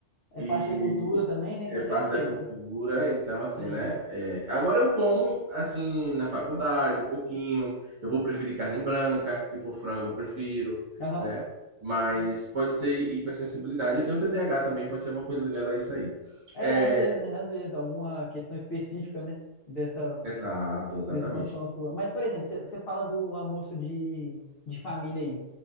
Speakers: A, on the left (about 60°); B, on the right (about 75°).
A: É
B: e
A: parte da cultura também, né? Então
B: é parte
A: você aceita,
B: da cultura,
A: né?
B: então assim,
A: Sim.
B: né? É, agora eu como assim na faculdade um pouquinho, eu vou preferir carne branca, se for frango eu prefiro,
A: Aham.
B: né? Mas
A: Sim.
B: pode ser hipersensibilidade. Eu tenho T D A H também, pode ser alguma coisa ligada a isso aí.
A: É,
B: É,
A: às vezes, né? Às vezes, alguma questão específica, né? Dessa.
B: exato, exatamente.
A: dessa condição sua. Mas, por exemplo, você você fala do almoço de, de família aí,